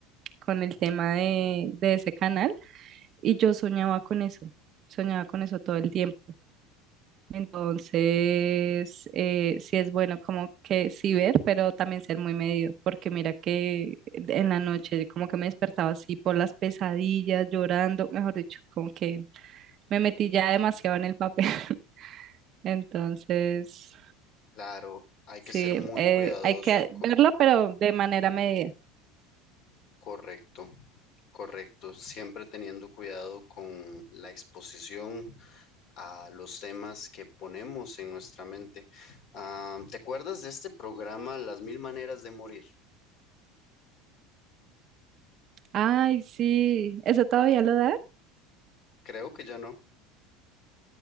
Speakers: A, on the right (about 35°); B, on the left (about 40°).
A: con el tema de, de ese canal y yo soñaba con eso. Soñaba con eso todo el tiempo. Entonces, eh, sí es bueno como que sí ver, pero también ser muy medido, porque mira que en la noche como que me despertaba así por las pesadillas, llorando, mejor dicho, como que me metí ya demasiado en el papel. <laughs> Entonces,
B: Claro, hay que
A: sí,
B: ser muy
A: eh,
B: cuidadoso
A: hay que verlo, pero de manera medida.
B: Correcto, correcto. Siempre teniendo cuidado con la exposición a los temas que ponemos en nuestra mente. Ah, ¿te acuerdas de este programa Las Mil Maneras de Morir?
A: Ay, sí, ¿eso todavía lo da?
B: Creo que ya no,